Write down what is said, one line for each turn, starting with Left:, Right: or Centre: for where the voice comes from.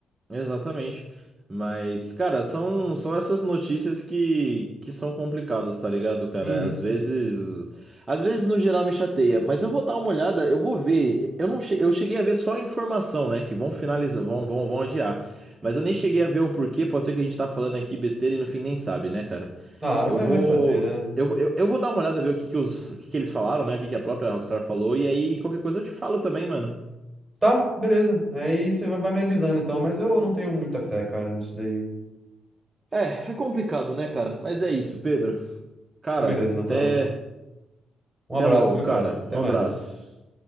Right: Exatamente. Mas, cara, são, são essas notícias que, que são complicadas, tá ligado, cara?
Centre: Uhum.
Right: Às vezes. Às vezes, no geral, me chateia, mas eu vou dar uma olhada, eu vou ver. Eu não che- eu cheguei a ver só a informação, né? Que vão finalizar, vão, vão, vão adiar. Mas eu nem cheguei a ver o porquê, pode ser que a gente tá falando aqui besteira e no fim nem sabe, né, cara?
Centre: Ah,
Right: Eu
Centre: vai,
Right: vou.
Centre: vai saber, né?
Right: Eu, eu, eu vou dar uma olhada, ver o que, que, os, o que, que eles falaram, né? O que, que a própria Rockstar falou, e aí qualquer coisa eu te falo também, mano.
Centre: Tá, beleza. Aí você vai vai me avisando então, mas eu não tenho muita fé, cara, nisso daí.
Right: É, é complicado, né, cara? Mas é isso, Pedro. Cara,
Centre: Então, beleza, Nathan.
Right: até,
Centre: Um abraço,
Right: até logo,
Centre: viu,
Right: cara.
Centre: cara? Até
Right: Um
Centre: mais.
Right: abraço.